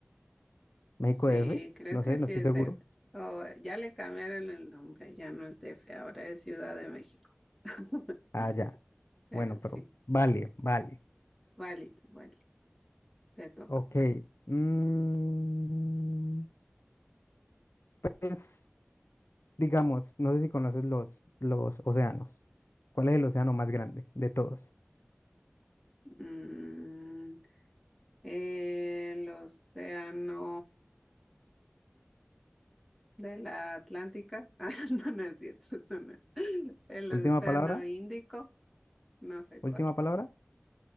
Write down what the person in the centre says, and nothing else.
Sí,
creo
que
sí
es
DF. Oh, ya le cambiaron el nombre, ya no es DF, ahora es Ciudad de México. <laughs>
Pero
sí,
válido, válido, te toca.
Mm, el océano de la Atlántica. <laughs> Ah, no, no es cierto, eso no es. El
océano
Índico, no sé
cuál.